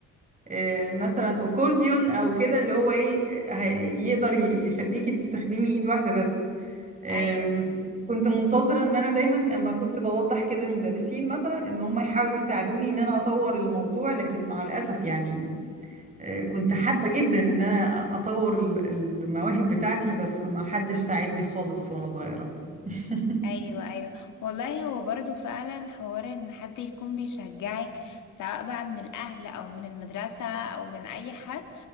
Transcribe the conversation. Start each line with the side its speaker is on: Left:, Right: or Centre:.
Right: آه، مثلا اكورديون او كده اللي هو ايه آه، هي- يقدر يخليكي تستخدمي ايد واحده بس أم،
Left: ايوه
Right: كنت منتظرة ان انا دايما اما كنت بوضح كده المدرسين مثلا ان هم يحاولوا يساعدوني ان انا اطور الموضوع لكن مع الاسف يعني أه، كنت حابة جدا ان انا اطور ال- المواهب بتاعتي بس ما حدش ساعدني خالص وانا صغيرة <laughs>
Left: ايوه ايوه والله هو برضو فعلا حوار ان حد يكون بيشجعك سواء بقى من الاهل او من المدرسة او من اي حد